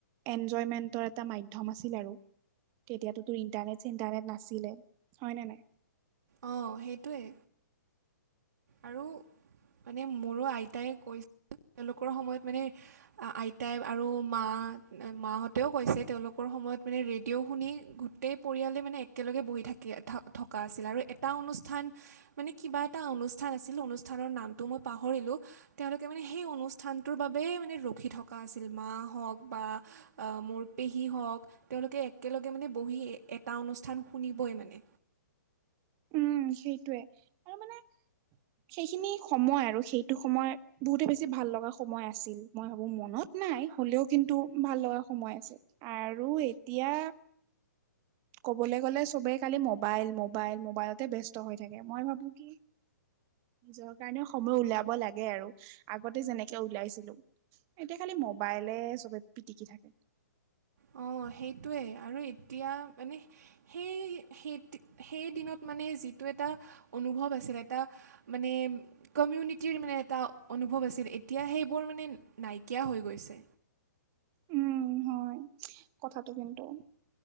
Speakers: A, on the right; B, on the right.
A: এনজয়মেণ্টৰ এটা মাধ্যম আছিল আৰু। তেতিয়াতো তোৰ ইণ্টাৰনেট চিনটাৰনেট নাছিলে হয় নে নাই।
B: অ' সেইটোৱে।
A: <inaudible>
B: আৰু মানে মোৰো আইতাই কৈ তেওঁলোকৰ সময়ত মানে আ আইতাই আৰু মা মাহঁতেও কৈছে তেওঁলোকৰ সময়ত মানে ৰেডিঅ' শুনি গোটেই পৰিয়ালে মানে একেলগে বহি থাকি থ-থকা আছিল আৰু এটা অনু <unintelligible> মানে কিবা এটা অনু <unintelligible> অনুস্থানৰ নামটো ম‌ই পাহৰিলোঁ তেওঁলোকে মানে সেই অনুষ্ঠানটোৰ বা <unintelligible> ৰখি থকা আছিল মা হ‌ওঁক বা মোৰ পেহী হওঁক তেওঁলোকে একে একেলগে মানে বহি এটা অনুষ্ঠান শুনিবই মানে।
A: উম, সেইটোয়ে আৰু আৰু মানে সেইখিনি সময় আৰু সেইটো সময় বহুতে বেছি ভাল লগা সময় আছিল মই ভাবোঁ মনত। নাই হ'লেও কিন্তু ভাল লগা সময় আছে আৰু এতিয়া। ক'বলৈ গ'লে চবেই খালি মবাইল মবাইল মবাইলতে ব্যস্ত হৈ থাকে মই ভাবো কি। নিজৰ কাৰণে সময় উলিয়াব লাগে আৰু আগতে যেনেকে উলিয়াইছিলোঁ এতিয়া খালি ম বাইলে চবে পিটিকি থাকে।
B: অঁ সেইটোৱে আৰু এতিয়া মানে সেই সেই সেই দিনত মানে যিটো এটা <unintelligible> অনুভৱ আছিল এটা মানে কমিউনিটৰ মানে এটা অনুভৱ আছিল এতিয়া সেইবোৰ মানে <unintelligible> নাইকিয়া হৈ গৈছে।
A: উম, হয় কথাটো কিন্তু।